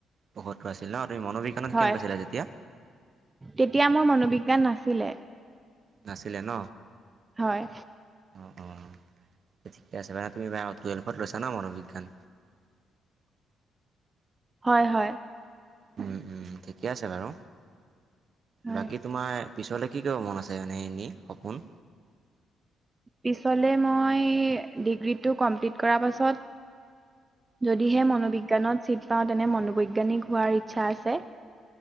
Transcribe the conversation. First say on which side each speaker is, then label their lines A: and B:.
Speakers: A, on the right (about 50°); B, on the right (about 20°).
A: পয়সত্তৰ আছিল ন? তুমি মনোবিজ্ঞানত
B: হয়
A: কিমান পাইছিলা তেতিয়া?
B: তেতিয়া মোৰ মনোবিজ্ঞান নাছিল। চিলে
A: নাছিলে ন,
B: হয়
A: অঁ অঁ ঠিকে আছে বাৰানে তুমি বা টুৱেল্ভত লৈছা ন মনোবিজ্ঞান
B: হয় হয়।
A: উম ঠিকে আছে বাৰু
B: হয়
A: বাকী তোমাৰ? পিছলৈ কি ক মন আছে মানে এনেই সপোন
B: পিছলে মই ডিগ্ৰীটো কমপ্লিট কৰাৰ পাছত যদিহে মনোবিজ্ঞানত ছিট পাওঁ তেনে মনোবৈজ্ঞানিক হোৱাৰ ইচ্ছা আছে